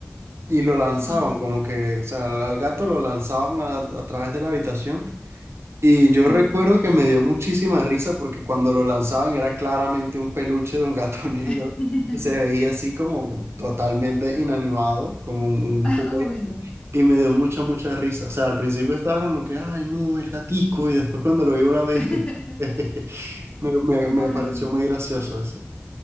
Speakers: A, on the right; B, on the left.
A: Y lo lanzaban,
B: Ay, no.
A: como que, o sea, al al gato lo lanzaban a, a través de la habitación. Y
B: Uy,
A: yo recuerdo
B: no.
A: que me dio muchísima risa porque cuando lo lanzaban era claramente un peluche de un gato <laughs> negro
B: <laughs>
A: y se veía así como totalmente inanimado, como un, un
B: Ah,
A: juguete.
B: bueno.
A: Y me dio mucha, mucha risa. O sea, al principio estaba como que, ay, no, el gatico. Y después cuando lo vi volando dije que
B: <laughs>
A: <laughs> me, me me
B: Bola.
A: pareció muy gracioso eso.